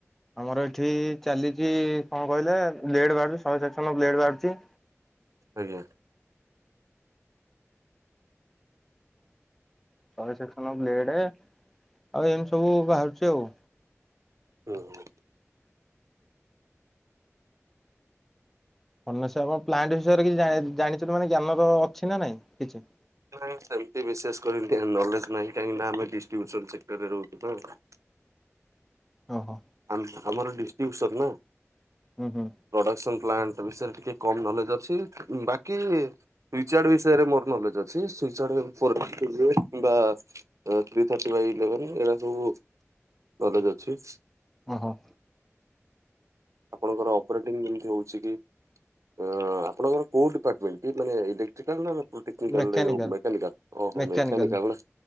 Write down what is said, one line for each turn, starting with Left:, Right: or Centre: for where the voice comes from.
Centre: ଆମର ଏଠି ଚାଲିଛି କଣ କହିଲେ ବ୍ଲେଡ ବାହାରୁଛି ଶହେ ସେକ୍ସନ ବ୍ଲେଡ ବାହାରୁଛି।
Right: ଆଜ୍ଞା।
Centre: ଶହେ ସେକ୍ସନ ର ବ୍ଲେଡ ଆଉ ଏମିତି ସବୁ ବାହାରୁଛି ଆଉ।
Right: ହୁଁ।
Centre: ଫନେସ ଆମ ପ୍ଲାଣ୍ଟ ବିଷୟରେ କିଛି ଜା-ଜାଣିଛନ୍ତି ମାନେ ଜ୍ଞାନ ତ ଅଛି ନା ନାଇଁ କିଛି?
Right: ନାଁଇ ସେମିତି ବିଶେଷ କରି ନଲେଜ ନାହିଁ କାହିଁକି ନା ଆମେ ଡିଷ୍ଟ୍ରିବ୍ୟୁସନ ସେକ୍ଟରରେ ରହୁଛୁ ନା।
Centre: ଓହୋଃ।
Right: ଆମ-ଆମର ଡିଷ୍ଟ୍ରିବୁସନ ନା।
Centre: ହୁଁ ହୁଁ।
Right: ପ୍ରଡକ୍ସନ ପ୍ଲାଣ୍ଟ ବିଷୟରେ ଟିକେ କମ୍ ନଲେଜ ଅଛି ବାକି ରିଚାର୍ଡ ବିଷୟରେ ମୋର ନଲେଜ୍ ଅଛି, ସେ ରିଚାର୍ଡ ରେ ମୁଁ <inaudible> ବା ଏ ଥ୍ରୀ ଥାର୍ଟି ବାଇ ଇଲେଭେନ ଏଇଟା ସବୁ ନଲେଜ ଅଛି।
Centre: ଓହୋଃ।
Right: ଆପଣଙ୍କର ଅପରେଟିଂ ଯେମିତି ହଉଛି କି ଆଁ ଆପଣଙ୍କର କୋଉ ଡିପାର୍ଟମେଣ୍ଟ କି ମାନେ ଇଲେକ୍ଟ୍ରିକାଲ ନା ହଁ ଟେକ୍ନିକାଲ୍
Centre: ମେକାନିକାଲ
Right: ରେ ଯାଉ ମେକାନିକାଲ୍, ଓହୋ,
Centre: ମେକାନିକାଲ
Right: ମେକାନିକାଲ୍ ନା